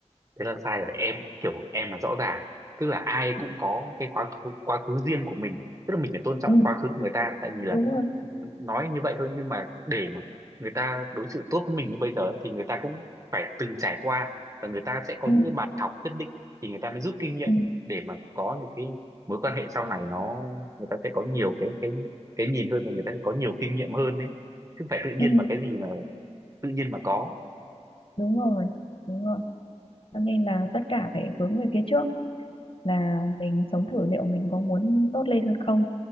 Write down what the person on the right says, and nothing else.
thế là sai rồi em kiểu em là rõ ràng tức là ai cũng
có cái quá khứ quá khứ riêng của mình tức là mình phải tôn trọng
quá khứ của người ta tại vì là
ừ, nói như vậy thôi nhưng mà để mà người ta đối xử tốt với mình như bây giờ thì người ta cũng phải từng trải qua và người ta sẽ có
những cái bài học nhất định thì người ta mới rút kinh nghiệm
để mà có được cái mối quan hệ sau này nó người ta sẽ có nhiều cái cái cái nhìn hơn và người ta sẽ có nhiều kinh nghiệm hơn đấy chứ không phải tự nhiên
mà cái gì mà tự nhiên mà có